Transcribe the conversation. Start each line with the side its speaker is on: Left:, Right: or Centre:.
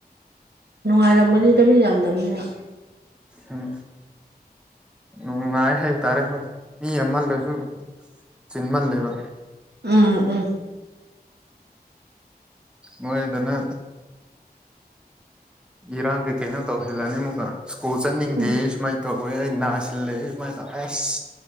Right: ꯅꯨꯡꯉꯥꯏꯔꯝꯒꯅꯤꯗ ꯃꯤ ꯌꯥꯝꯗꯕꯅꯤꯅ
Centre: ꯎꯝ ꯅꯨꯡꯉꯥꯏ ꯍꯥꯏꯕ ꯇꯥꯔꯦ ꯍꯣꯏ ꯃꯤ ꯌꯥꯝꯃꯥꯜꯂꯁꯨ ꯆꯤꯟꯃꯜꯂꯦꯕ
Right: ꯎꯝ ꯎꯝ
Centre: ꯃꯣꯏ ꯑꯗꯨꯅ ꯏꯔꯥꯡ ꯀꯩ ꯀꯩꯅꯣ ꯇꯧꯁꯤꯜꯂꯅꯤ ꯑꯃꯨꯛꯀ ꯁ꯭ꯀꯨꯜ ꯆꯠꯅꯤꯡꯗꯦ
Right: ꯎꯝ
Centre: ꯁꯨꯃꯥꯏꯅ ꯇꯧꯋꯦ ꯑꯩ ꯅꯥꯁꯤꯜꯂꯦ ꯁꯨꯃꯥꯏꯅ ꯇꯧꯋꯦ ꯑꯁ